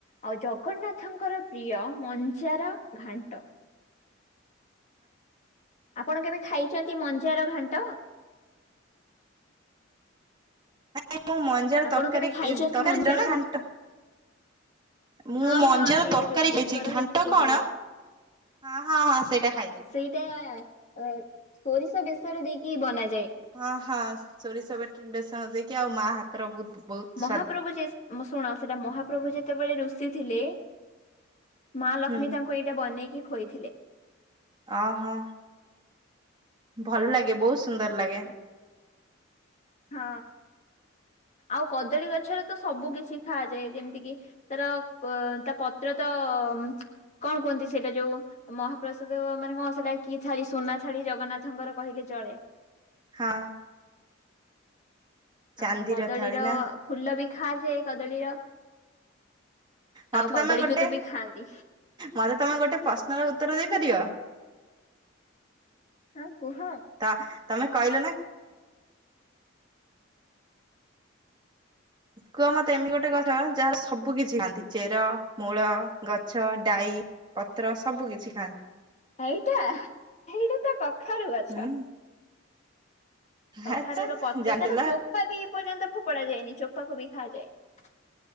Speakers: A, on the left; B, on the right.
A: ଆଉ ଜଗନ୍ନାଥଙ୍କର ପ୍ରିୟ ମଞ୍ଜାର ଘାଣ୍ଟ। ଆପଣ କେବେ ଖାଇଛନ୍ତି ମଞ୍ଜାର ଘାଣ୍ଟ?
B: ଏ ମୁଁ ମଞ୍ଜାର
A: ଆପଣ
B: ତରକାରୀ
A: କେବେ ଖାଇଛନ୍ତି
B: ଇବ ତରକାରୀ
A: ମଞ୍ଜାର
B: ନା ଘାଣ୍ଟ? ମୁଁ
A: ହଁ
B: ମଞ୍ଜାର
A: ହଁ ସେଇଟା
B: ତରକାରୀ
A: ଯୋଉ
B: ଖାଇଛି
A: ବେସର
B: ଘାଣ୍ଟ
A: ହେଇକି ହେଇଥାଏ।
B: କଣ? ହଁ ହଁ ହଁ ସେଇଟା ଖାଇଛି ହଁ।
A: ସେଇଟା ଅ ସୋରିଷ ବେସର ଦେଇକି ବନା
B: ହଁ ହଁ ସୋରିଷ ବଟା ବେସନ ଦେଇକି ଆଉ ମା ହାତର ବହୁତ ବହୁତ
A: ମହାପ୍ରଭୁ
B: ସ୍ଵାଦ
A: ଯେ ଉମ ଶୁଣ ସେଟା ମହାପ୍ରଭୁ ଯେତେବେଳେ ଋଷି ଥିଲେ ମା ଲକ୍ଷ୍ମୀ
B: ହୁଁ
A: ତାଙ୍କୁ ଏଇଟା ବନେଇକି ଖୋଇଥିଲେ।
B: ଓହୋ ଭଲ ଲାଗେ ବହୁତ ସୁନ୍ଦର ଲାଗେ।
A: ହଁ। ଆଉ କଦଳୀ ଗଛରେ ତ ସବୁ କିଛି ଖାଆଯାଏ ଯେମିତି କିି ତାର କ ତା ପତ୍ର ତ ତ ଉଁ କଣ କୁହନ୍ତି ସେଇଟା ଯୋଉ ମହାପ୍ରସାଦ ମାନେ କଣ ସେଇଟା କି ଥାଳି ସୁନା ଥାଳି। ଜଗନ୍ନାଥଙ୍କର କହିଲେ ଚଳେ।
B: ହଁ।
A: ଆଉ
B: ଚାନ୍ଦିର
A: କଦଳୀର
B: ଥାଳି ନା
A: ଫୁଲ ବି ଖାଯାଏ କଦଳୀର।
B: ମତେ
A: ଆଉ କଦଳୀକୁ
B: ତମେ ଗୋଟେ
A: ତ ବି ଖାଆନ୍ତି।
B: ମତେ ତମେ ଗୋଟେ ପ୍ରଶ୍ନର ଉତ୍ତର ଦେଇପାରିବ?
A: ହଁ କୁହ।
B: ତ ତମେ କହିଲ ନା? କୁହ ମତେ ଏମିତି ଗୋଟେ ଗଛ ଯାହାର ସବୁ କିଛି ଖାଆନ୍ତି ଚେର। ମୂଳ ଗଛ ଡାଈ ପତ୍ର ସବୁ କିଛି ଖାଆ
A: ଏଇଟା ଏଇଟା ତ କଖାରୁ ଗଛ।
B: ହୁଁ
A: କଖାରୁୁର
B: ଆଚ୍ଛା
A: ପତ୍ର
B: ଜାଣିଦେଲ
A: ତାର ଚୋପା ବି ଏ ପର୍ଯ୍ୟନ୍ତ ଫୋପଡା ଯାଇନି। ଚୋପା କୁ ବି ଖାଆଯାଏ।